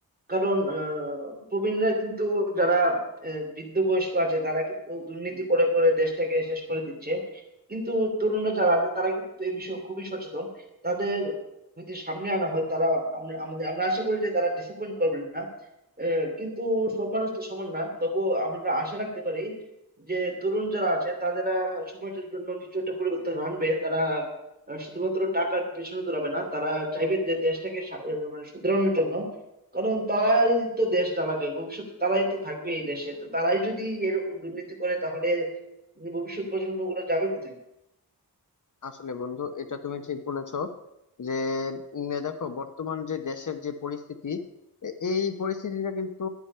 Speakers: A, on the right; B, on the left.
A: কারণ আহ, প্রবীণরা কিন্তু যারা আহ, বৃদ্ধ বয়স্ক আছে তারা কিন্তু দুর্নীতি করে করে দেশটাকে শেষ করে দিচ্ছে কিন্তু তরুণরা যারা আছে তারা কিন্তু এই বিষয়ে খুবই সচেতন তাদের যদি সামনে আনা হয় তারা আমরা আমাদের আমরা আশা করি যে তারা ডিসঅ্যাপয়েন্ট করবেন না আহ, কিন্তু সব মানুষ তো সমান না তবুও আমরা আশা রাখতে পারি যে তরুণ যারা আছে তারা সমাজের জন্য কিছু একটা পরিবর্তন আনবে তারা আহ, শুধুমাত্র টাকার পেছনে দৌড়াবে না তারা চাইবে যে দেশটাকে সা- আহ, মানে শুধরানোর জন্য কারণ তারাই তো দেশ চালাবে ভবিষ্যতে তারাই তো থাকবে এই দেশে তো তারাই যদি এরকম দুর্নীতি করে তাহলে ভবিষ্যৎ প্রজন্ম গুলো যাবে কোথায়
B: আসলে বন্ধু এটা তুমি ঠিক বলেছো যে উম, দেখো বর্তমান যে দেশের যে পরিস্থিতি এ- এই পরিস্থিতিটা কিন্তু